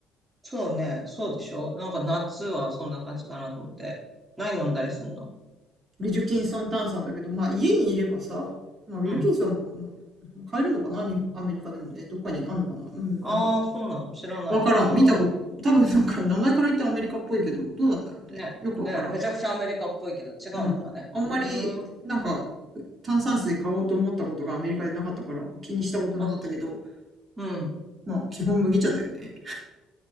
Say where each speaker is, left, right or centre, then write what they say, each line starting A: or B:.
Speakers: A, on the right; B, on the right.
A: そうね、そうでしょなんか夏はそんな感じかなと思って。何飲んだりすんの
B: ウィルキンソン炭酸だけど、まあ家にいればさ、まあウィルキンソンももう買えるのかなアメリカでもね、
A: うん。
B: どっかにあんのかなうん、
A: ああ、
B: なんか、
A: そうなの知らない。
B: わからん。
A: そうなんだ。
B: 見たこと、多分なんか名前から言ってアメリカっぽいけど、どうなんだろうね。
A: ね、
B: よくわからん。
A: ね、めちゃくちゃアメリカっぽいけど違うのかね。
B: うん。あんまり、
A: うーん、
B: なんか、炭酸水買おうと思ったことがアメリカでなかったから気にしたことなかったけど、
A: まあ、うん。
B: まあ基本麦茶だよね。